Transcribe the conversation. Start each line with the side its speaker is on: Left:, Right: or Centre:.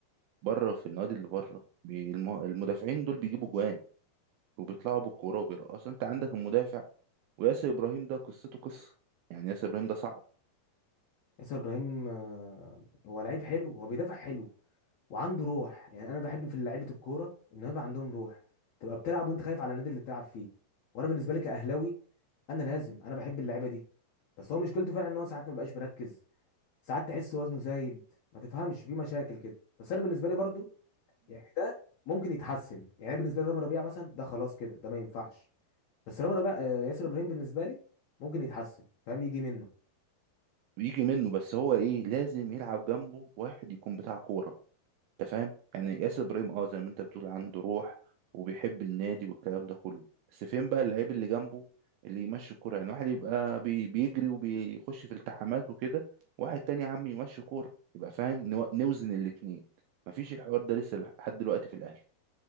Right: بره في النادي اللي بره بي- الم- المدافعين دول بيجيبوا جوان وبيطلعوا بالكوره وبيرقصوا انت عندك المدافع وياسر ابراهيم ده قصته قصه يعني ياسر ابراهيم ده صعب
Left: ياسر ابراهيم آه، هو لعيب حلو هو بيدافع حلو وعنده روح يعني انا بحب في لعيبه الكوره ان هو يبقى عندهم روح تبقى بتلعب وانت خايف على النادي اللي بتلعب فيه وانا بالنسبه لي كاهلاوي انا لازم انا بحب اللعيبه دي بس هو مشكلته فعلا ان هو ساعات ما بقاش مركز ساعات تحس وزنه زايد ما تفهمش في مشاكل كده بس انا بالنسبه لي برضو يعني ده ممكن يتحسن يعني أنا بالنسبه لي رامي ربيعه مثلا ده خلاص كده ده ما ينفعش بس رامي ربيعه آه، ياسر ابراهيم بالنسبه لي ممكن يتحسن فاهم يجي منه
Right: يجي منه بس هو ايه لازم يلعب جنبه واحد يكون بتاع كوره انت فاهم يعني ياسر ابراهيم اه زي ما انت بتقول عنده روح وبيحب النادي والكلام ده كله بس فين بقى اللعيب اللي جنبه اللي يمشي الكوره يعني واحد يبقى بي بيجري وبيخش في التحامات وكده واحد تاني يا عم يمشي كوره يبقى فاهم نو- نوزن الاتنين مفيش الحوار ده لسه لحد دلوقتي في الاهلي